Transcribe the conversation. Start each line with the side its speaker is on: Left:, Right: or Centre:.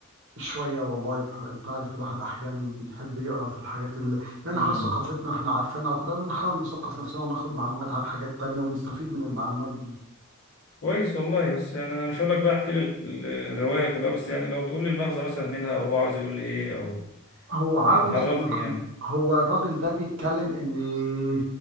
Right: شوية والله بح- انت عارف الواحد احيانا بيحب يقرا في الحاجات اللي يعني
Left: امم
Right: خلاص ثقافتنا احنا عارفينها وكده بنحاول نثقف نفسنا وناخد معلومات عن حاجات تانية ونستفيد من المعلومات دي
Left: كويس والله بس يعني انا مش هقول لك بقى احكي لي ال- ال- الروايه كلها بس يعني لو تقول لي المغزى مثلا منها او هو عاوز يقول لي ايه او
Right: هو عاوز
Left: يعني تعرفني
Right: يقن...
Left: يعني
Right: هو الراجل ده بيتكلم ان